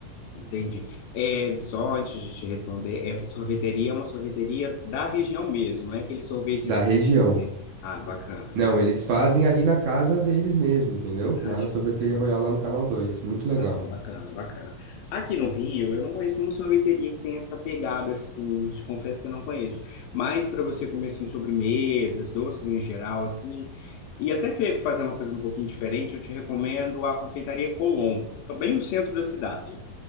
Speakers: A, on the left; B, on the right.
A: Entendi. É, só antes de te responder, essa sorveteria é uma sorveteria da região mesmo, não é aquele sorvete
B: Da
A: que
B: região.
A: você vê. Ah, bacana.
B: Não, eles fazem ali na casa deles mesmo, entendeu?
A: Ah,
B: Lá
A: show,
B: na Sorveteria
A: show.
B: Royal, lá no Canal Dois Muito legal.
A: Ah, não, bacana, bacana. Aqui no Rio, eu não conheço nenhuma sorveteria que tenha essa pegada, assim, te confesso que eu não conheço. Mas para você comer, assim, sobremesas, doces em geral, assim, e até fe- fazer uma coisa um pouquinho diferente, eu te recomendo a Confeitaria Colombo, também no centro da cidade.